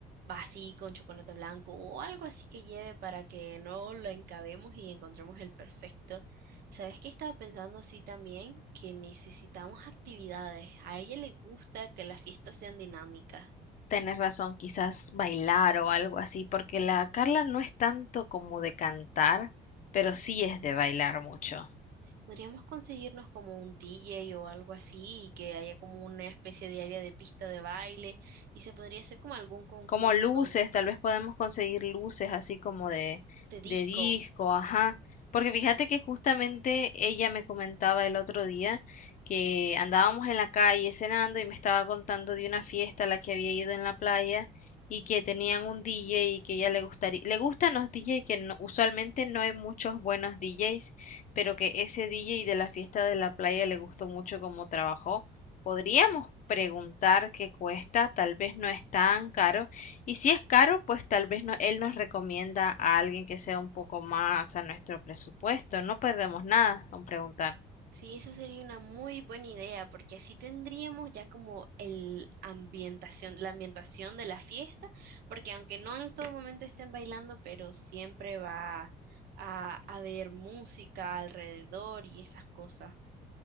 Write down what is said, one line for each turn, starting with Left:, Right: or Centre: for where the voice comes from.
Right: va así con chocolate blanco o algo así que lleve para que no lo encabemos y encontremos el perfecto. ¿Sabes qué estaba pensando así también? Que necesitamos actividades. A ella le gusta que las fiestas sean dinámicas.
Left: Tenés razón, quizás bailar o algo así, porque la Carla no es tanto como de cantar, pero sí es de bailar mucho.
Right: Podríamos conseguirnos como un DJ o algo así y que haya como una especie de área de pista de baile y se podría hacer como algún concurso
Left: Como luces, tal vez podemos conseguir luces así como de,
Right: de disco.
Left: de disco, ajá. Porque fíjate que justamente ella me comentaba el otro día que andábamos en la calle cenando y me estaba contando de una fiesta a la que había ido en la playa y que tenían un DJ y que ella le gustaría, le gustan los DJ que no- usualmente no hay muchos buenos DJs, pero que ese DJ de la fiesta de la playa le gustó mucho cómo trabajó. Podríamos preguntar qué cuesta, tal vez no es tan caro y si es caro, pues tal vez no, él nos recomienda a alguien que sea un poco más a nuestro presupuesto. No perdemos nada con preguntar.
Right: Sí, esa sería una muy buena idea, porque así tendríamos ya como el ambientación, la ambientación de la fiesta, porque aunque no en todo momento estén bailando, pero siempre va a haber música alrededor y esas cosas.